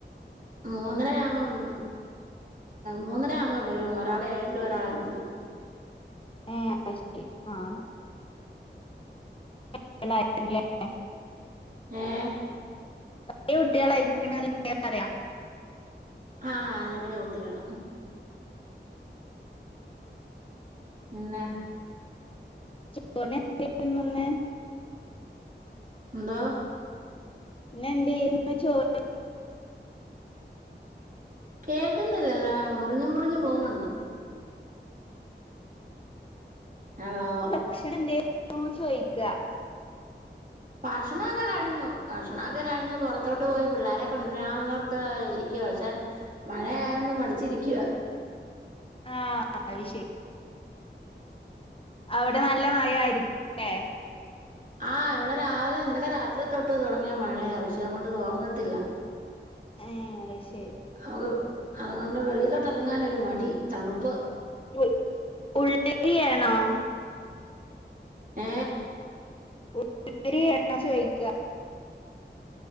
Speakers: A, on the right; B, on the left.
A: മൂന്നര ആവുമ്പം മൂന്നര ആവുമ്പം വരും. ഒരാൾ ഏഴില് ഒരാൾ അഞ്ചിലും
B: ഏഹ് അ ശരി ആഹ് <unintelligible>
A: ഏഹ്
B: വല്യ കുട്ടികൾയ്ക്കണ്ലെ പറയാ
A: ആഹ് ചെറിയ കുട്ടികളാ പിന്നെ
B: ജ് <unintelligible> വന്നേ
A: എന്താ
B: ഇന്നേന്തേയിന്ന് ചോർ
A: കേൾക്കുന്നില്ലല്ല മുറിഞ്ഞു മുറിഞ്ഞു പോകുന്നുണ്ട് ഹലോ
B: ഭക്ഷണം എന്തെ യ്ന്നു ചോയിക്ക
A: ഭക്ഷണൊക്കെ കഴിഞ്ഞു. ഭക്ഷണൊക്കെ കഴിഞ്ഞു പുറത്തോട്ട് പോയി പിള്ളോര കൊണ്ടരാവുന്നോടത്ത് ഇരിക്കുവ. പക്ഷെ, മഴ ആയൊണ്ട് മടിച്ചിരിക്കുവ.
B: ആഹ് അയ്ശരി അവിടെ നല്ല മഴയിരിക്കുല്ലേ
A: ആഹ് ഇവിടെ രാവിലെ ഇന്നലെ രാത്രി തൊട്ട് തുടങ്ങിയ മഴയ പക്ഷെ അങ്ങോട്ട് തോർന്നട്ടില്ല.
B: ഏഹ് അയ്ശരി
A: അത് അതുകൊണ്ട് വെളിയിലോട്ട് ഇറങ്ങാനൊരു മടി തണുപ്പ്.
B: ഉ ഉള്ളരിയ ആണോ
A: ഏ
B: ഉള്ളരി ആണോ ചോയിക്ക